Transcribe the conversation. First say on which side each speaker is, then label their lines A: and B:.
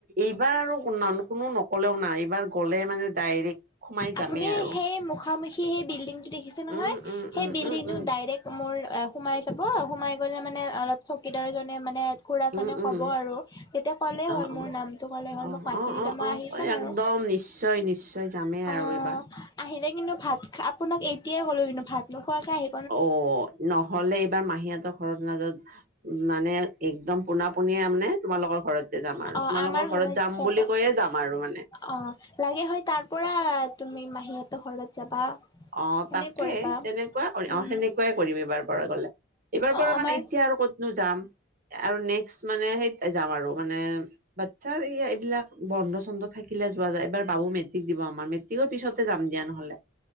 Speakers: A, on the right; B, on the left.
A: এইবাৰ আৰু ন' কোনো নক'লেও নাই, এইবাৰ গ'লে মানে ডাইৰেক্ট সোমাই যামেই
B: আপুনি
A: আৰু
B: সেই মুখামুখি সেই বিল্ডিংটো দেখিছে নহয়,
A: উম, উম,
B: সেই
A: উম,
B: বিল্ডিংটো
A: উম, উম,
B: ডাইৰেক্ট মোৰ সোমাই যাব, সোমাই গ'লে মানে অলপ চকীদাৰ এজনে মানে খুৰাজনেও
A: উম, উম,
B: ক'ব আৰু তেতিয়া ক'লে হ'ল
A: অ',
B: মোৰ
A: অ'।
B: নামটো ক'লে হ'ল
A: অ',
B: মোক মাতি
A: অ',
B: দিলে
A: অ',
B: মই আহি
A: অ',
B: চাম
A: একদম
B: আৰু
A: নিশ্চয়, নিশ্চয়। যামেই
B: অ',
A: আৰু এইবাৰ।
B: আহিলে কিন্তু ভাত আপোনাক এতিয়াই ক'লো কিন্তু ভাত নোখোৱাকে আহি
A: অ', নহ'লে এইবাৰ মাহীহঁতৰ ঘৰত নাযাওঁ। উ, মানে একদম পোনা পোনিয়ে মানে তোমালোকৰ ঘৰতে যাম আৰু
B: অ
A: তোমালোকৰ
B: আমাৰ
A: ঘৰত যাম
B: যাব
A: বুলি কৈয়ে যাম আৰু মানে।
B: অ লাগে হয়, তাৰপৰা তুমি মাহীহঁতৰ ঘৰত যাবা।
A: অ',
B: সেনে
A: তাকে
B: কৰিবা
A: তেনেকুৱা কৰি,
B: উম
A: অ', সেনেকুৱাই কৰিম এইবাৰৰ পৰা গ'লে। এইবাৰ
B: অ
A: পৰা
B: আমাৰ
A: মানে, এতিয়া আৰু ক'তনো যাম? আৰু নেক্সট মানে সেই যাম আৰু মানে বাচ্ছাৰ এইয়া এইবিলাক বন্ধ-চন্ধ থাকিলে যোৱা যায়, এইবাৰ বাবু মেট্ৰিক দিব, আমাৰ মেট্ৰিক কৰ পিছতে যাম দিয়া নহ'লে।